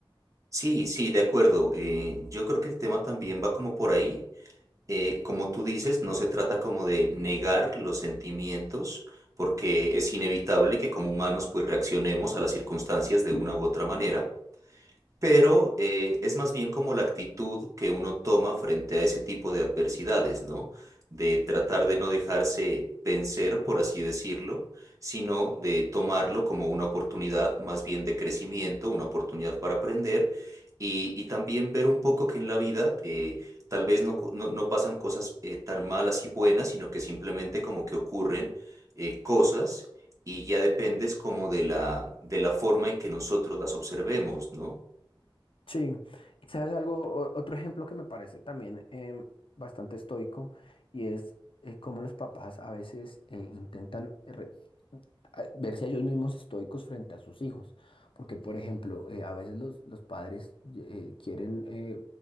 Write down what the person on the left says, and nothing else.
Sí, y sabes algo, O- otro ejemplo que me parece también em, bastante estoico y es eh, cómo los papás a veces eh, intentan eh, re- a- verse a ellos mismos estoicos frente a sus hijos, porque por ejemplo, eh, a veces los, los padres eh, quieren eh,